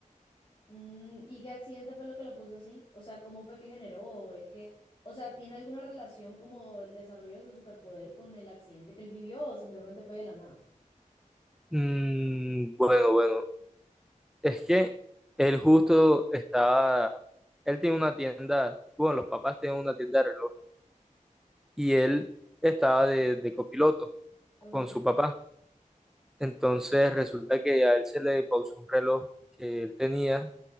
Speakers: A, on the left (about 35°); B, in the centre.
A: Mm, ¿y qué accidente fue lo que lo puso así? O sea, ¿cómo fue que generó? ¿O es que, o sea, ¿tiene alguna relación como el desarrollo de su superpoder con el accidente que él vivió o simplemente fue de la nada?
B: Mm, bueno, bueno, es que él justo estaba, él tiene una tienda, bueno, los papás tienen una tienda de relojes y él estaba de, de copiloto
A: Ok,
B: con su papá. Entonces resulta que a él se le pausó un reloj que él tenía